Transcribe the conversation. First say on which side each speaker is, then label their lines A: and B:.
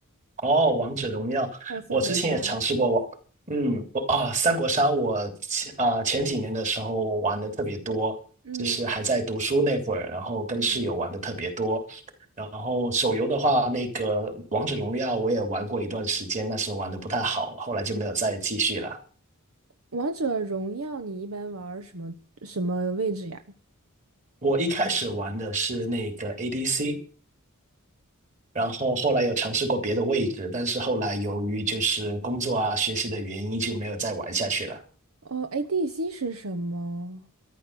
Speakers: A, on the right (about 35°); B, on the right (about 70°).
A: 哦，王者荣耀，
B: 还有三国杀。
A: 我之前也尝试过我，嗯，我啊，三国杀我前啊前几年的时候玩的特别多，
B: 嗯
A: 就是还在读书那会儿，然后跟室友玩的特别多。
B: 嗯，
A: 然后手游的话，那个王者荣耀我也玩过一段时间，但是玩的不太好，后来就没有再继续了。
B: 王者荣耀你一般玩儿什么什么位置呀？
A: 我一开始玩的是那个 ADC，然后后来有尝试过别的位置，但是后来由于就是工作啊、学习的原因，就没有再玩下去了。
B: 哦，ADC 是什么？